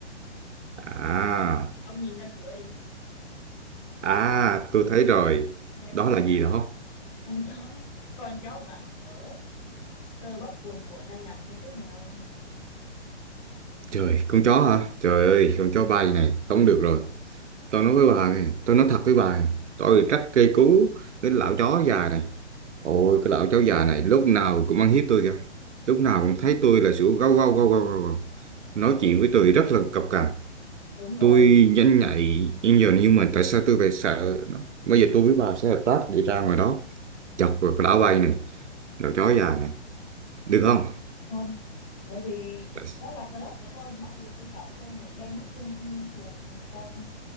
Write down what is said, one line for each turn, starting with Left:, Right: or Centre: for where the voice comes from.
Right: à
Left: Ông, ông nhìn ra cửa đi.
Right: à tôi thấy rồi
Left: Ông thấy
Right: đó
Left: con
Right: là
Left: à,
Right: gì đó
Left: con chó, <laughs> con chó vạm vỡ, cơ bắp cuồn cuộn đang nằm phía trước mặt ông không?
Right: Trời, con chó hả? Trời ơi, con chó bay này, không được rồi. Tôi nói với bà này, tôi nói thật với bà này, tôi rất cây cú cái lão chó già này. Ôi, cái lão chó già này lúc nào cũng ăn hiếp tôi kìa. Lúc nào cũng thấy tôi là sủa gâu gâu gâu gâu gâu. gâu. Nói
Left: Tích-
Right: chuyện với tôi rất là cộc cằn.
Left: Đúng rồi,
Right: Tôi nhanh nhạy, nhưng giờ nhưng mà tại sao tôi phải sợ nó? Bây giờ tôi với bà sẽ hợp tác đi ra ngoài đó, chọc vào cái lão bay này. lão chó
Left: không,
Right: già này được không
Left: không. Bởi vì
Right: Tại-
Left: đó là crush của tôi mà mắc gì tôi chọc tôi nguyện đem miếng xương sườn cho